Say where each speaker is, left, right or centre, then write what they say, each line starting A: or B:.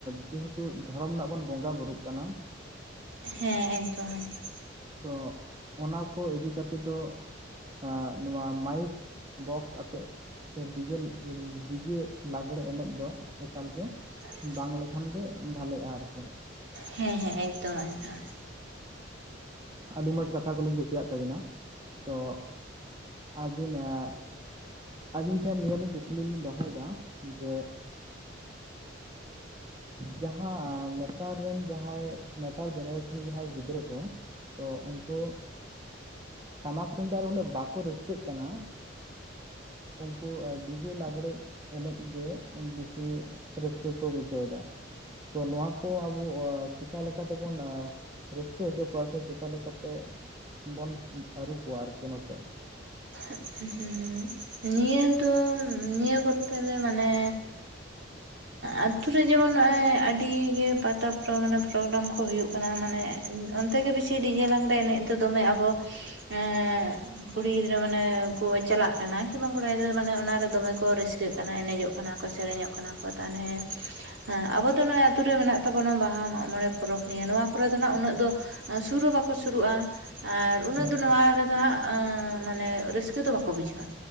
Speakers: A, on the right; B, on the right.
A: ᱡᱮᱦᱮᱛᱩ ᱫᱷᱚᱨᱚᱢ ᱨᱮᱱᱟᱜ ᱵᱚᱱ ᱵᱚᱸᱜᱟ ᱵᱩᱨᱳᱩᱜ ᱠᱟᱱᱟ ᱾
B: ᱦᱮᱸ ᱮᱠᱫᱚᱢ ᱮᱠᱫᱚᱢ ᱾
A: ᱛᱚ ᱚᱱᱟ ᱠᱚ ᱤᱫᱤ ᱠᱟᱛᱮ ᱫᱚ ᱟᱸᱜ ᱱᱚᱣᱟ ᱢᱟᱭᱤᱠ ᱵᱚᱠᱥ ᱟᱛᱮᱜ ᱥᱮ ᱰᱤᱡᱮᱞ ᱰᱤᱡᱮ ᱞᱟᱜᱽᱲᱮ ᱮᱱᱮᱡ ᱫᱚ ᱮᱠᱟᱞᱜᱮ
B: <inaudible>
A: ᱵᱟᱝ ᱞᱮᱠᱷᱟᱱ ᱜᱮ ᱵᱷᱟᱞᱮᱼᱟ ᱟᱨ ᱪᱮᱫᱽ
B: ᱦᱮᱸ ᱦᱮᱸ ᱮᱠᱫᱚᱢ ᱮᱠᱫᱚᱢ
A: ᱟᱹᱰᱤ ᱢᱚᱡᱽ ᱠᱟᱛᱷᱟ ᱠᱚᱞᱤᱧ ᱠᱩᱥᱤᱭᱟᱜ ᱛᱟᱵᱤᱱᱟ ᱛᱚ <unintelligible> ᱟᱵᱤᱱ ᱴᱷᱮᱱ ᱱᱤᱭᱟᱹᱞᱤᱧ ᱠᱩᱠᱞᱤ ᱞᱤᱧ ᱫᱚᱦᱚᱭᱮᱫᱟ ᱡᱮ ᱡᱟᱦᱟᱸ ᱱᱮᱛᱟᱨ ᱨᱮᱱ ᱡᱟᱦᱟᱸᱭ ᱱᱮᱛᱟᱨ ᱡᱮᱱᱟᱨᱮᱥᱚᱱ ᱡᱟᱦᱟᱸᱭ ᱜᱤᱫᱽᱨᱟᱹ ᱠᱚ ᱛᱚ ᱩᱱᱠᱩ ᱴᱟᱢᱟᱠ ᱛᱩᱢᱫᱟᱜ ᱨᱮ ᱩᱱᱟᱹᱜ ᱵᱟᱠᱚ ᱨᱟᱹᱥᱠᱟᱹᱜ ᱠᱟᱱᱟ ᱩᱝᱠᱩ ᱰᱤᱡᱮ ᱞᱟᱜᱽᱲᱮ ᱮᱱᱮᱡ ᱜᱮ ᱵᱤᱥᱤ ᱨᱟᱹᱥᱠᱟᱹ ᱠᱚ ᱵᱩᱡᱷᱟᱹᱣ ᱮᱫᱟ᱾ ᱛᱚ ᱱᱚᱣᱟ ᱠᱚ ᱟᱵᱚ ᱪᱮᱠᱟ ᱞᱮᱠᱟᱛᱮ ᱵᱚᱱ ᱨᱟᱹᱥᱠᱟᱹ ᱦᱚᱪᱚ ᱠᱚᱣᱟ ᱥᱮ ᱪᱮᱠᱟ ᱞᱮᱠᱟᱛᱮ ᱵᱚᱱ ᱟᱹᱨᱩ ᱠᱚᱣᱟ ᱟᱨᱠᱮ ᱱᱚᱛᱮ
B: ᱦᱚᱸᱻ ᱱᱤᱭᱟᱹ ᱫᱚ ᱱᱤᱭᱟᱹ ᱠᱚᱛᱮ ᱞᱮ ᱢᱟᱱᱮ ᱟᱛᱩ ᱨᱮ ᱡᱮᱢᱚᱱ ᱱᱚᱜᱼᱚᱭ ᱟᱹᱰᱤ ᱜᱮ ᱯᱟᱛᱟ ᱯᱚᱨᱚ ᱯᱚᱨᱳᱜᱨᱟᱢ ᱠᱚ ᱦᱩᱭᱩᱜ ᱠᱟᱱᱟ ᱾ ᱠᱟᱱᱟ ᱢᱟᱱᱮ ᱚᱱᱛᱮ ᱜᱮ ᱵᱮᱥᱤ ᱰᱤᱡᱮ ᱞᱟᱸᱜᱽᱬᱮ ᱮᱱᱮᱡ ᱫᱚ ᱫᱚᱢᱮ ᱟᱵᱚ ᱮ ᱠᱩᱲᱤ ᱜᱤᱫᱽᱨᱟᱹ ᱢᱟᱱᱮ ᱠᱚ ᱪᱟᱞᱟᱜ ᱠᱟᱱᱟ ᱠᱤ ᱵᱟᱝ ᱠᱚᱲᱟ ᱜᱤᱫᱽᱨᱟᱹ ᱢᱟᱱᱮ ᱚᱱᱟᱨᱮ ᱫᱚᱢᱮ ᱠᱚ ᱨᱟᱹᱥᱠᱟᱹᱜ ᱠᱟᱱᱟ ᱮᱱᱮᱡᱚᱜ ᱠᱟᱱᱟ ᱠᱚ ᱥᱮᱨᱮᱧᱚᱜ ᱠᱟᱱᱟ ᱠᱚ ᱛᱟᱦᱚᱞᱮ ᱦᱮᱸ ᱟᱵᱚ ᱫᱚ ᱱᱚᱜᱼᱚᱭ ᱟᱛᱩ ᱨᱮ ᱢᱮᱱᱟᱜ ᱛᱟᱵᱚᱱᱟ ᱵᱟᱦᱟ ᱢᱟᱜ ᱢᱚᱬᱮ ᱯᱚᱨᱚᱠ ᱱᱤᱭᱟᱹ ᱱᱚᱣᱟ ᱠᱚᱨᱮ ᱫᱚ ᱦᱟᱸᱜ ᱩᱱᱟᱹᱜ ᱫᱚ ᱥᱩᱨ ᱦᱚᱸ ᱵᱟᱠᱚ ᱥᱩᱨᱩᱜᱼᱟ ᱟᱨ ᱩᱱᱟᱹᱜ
A: ᱦᱮᱸ
B: ᱫᱚ ᱱᱚᱣᱟ ᱨᱮᱫᱚ ᱦᱟᱸᱜ ᱢᱟᱱᱮ ᱨᱟᱹᱥᱠ ᱠᱟᱹ ᱫᱚ ᱵᱟᱠᱚ ᱵᱩᱡᱷᱟᱹᱭᱼᱟ